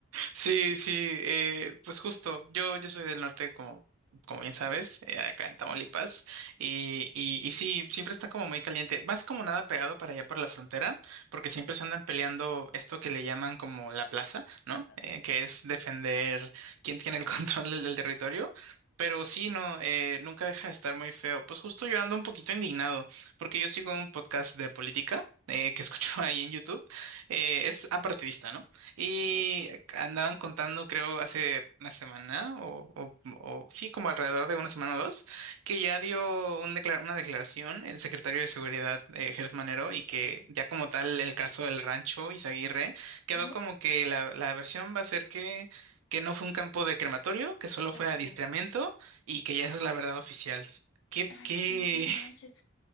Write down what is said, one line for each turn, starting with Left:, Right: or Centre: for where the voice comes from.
Right: Sí, sí, eh, pues justo, yo, yo soy del norte, como, como bien sabes, eh, acá en Tamaulipas, y, y, y sí, siempre está como muy caliente, más como nada pegado para allá por la frontera, porque siempre se andan peleando esto que le llaman como la plaza, ¿no?
Left: Pasa.
Right: Eh, que es defender quién tiene el <laughs> control del, del territorio. Pero sí, no, eh, nunca deja de estar muy feo. Pues justo yo ando un poquito indignado, porque yo sigo un podcast de política eh, que escucho <laughs> ahí en YouTube. Eh, es apartidista, ¿no? Y
Left: Sí.
Right: andaban contando, creo, hace una semana o, o- o- sí, como alrededor de una semana o dos, que ya dio un declar- una declaración el secretario de Seguridad, eh, Gertz Manero, y que ya como tal el caso del rancho Izaguirre quedó
Left: Ujú.
Right: como que la, la versión va a ser que, que no fue un campo de crematorio, que solo fue
Left: Ay,
Right: adiestramiento
Left: no manches.
Right: y que ya esa es la verdad oficial. ¿Qué,
Left: Ay,
Right: qué?
Left: sí, no manches.